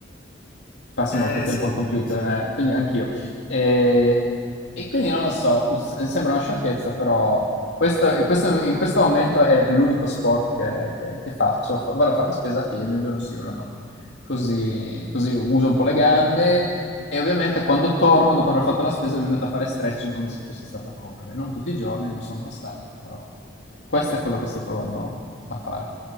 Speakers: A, on the left; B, on the left.
A: passi
B: Eh
A: molto tempo
B: sì,
A: al computer,
B: sì.
A: eh, quindi anch'io. E, e quindi non lo so, s- sembra una sciocchezza, però questo, questo- in questo momento è l'unico sport che, che- che faccio. Fa- Vado a fare la spesa a piedi un giorno sì, uno no. Così, così uso un po' le gambe e ovviamente quando torno dopo aver fatto la spesa mi metto a fare stretching come se fossi stato a correre. Non tutti i giorni, non sono costante, però questo è quello che sto provando a fare.